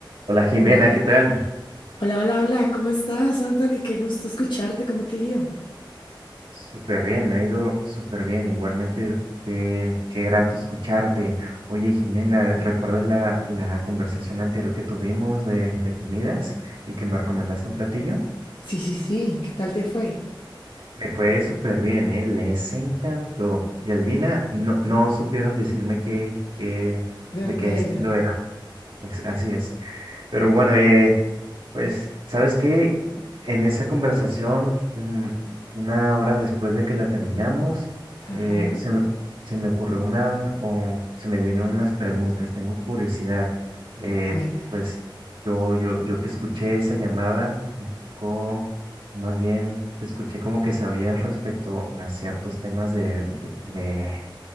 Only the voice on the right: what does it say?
Hola Jimena,
¿qué tal?
Súper bien, me ha ido súper bien. Igualmente, qué, qué grato escucharte. Oye Jimena, ¿recuerdas la, la conversación anterior que tuvimos de, de comidas y que me recomendaste un platillo?
Me fue súper bien, ¿eh? Les encantó. Y adivina, no, no supieron decirme qué, qué,
de
qué estilo
era. As- Así es. Pero bueno, eh, Pues, ¿sabes qué? En esa conversación, mm, una hora después de que la terminamos,
eh, se me, se me ocurrió una, o se me vienen unas preguntas, tengo curiosidad. Eh,
pues yo, yo, yo te escuché esa llamada, poco, más bien te escuché como que sabías respecto a ciertos temas de, de,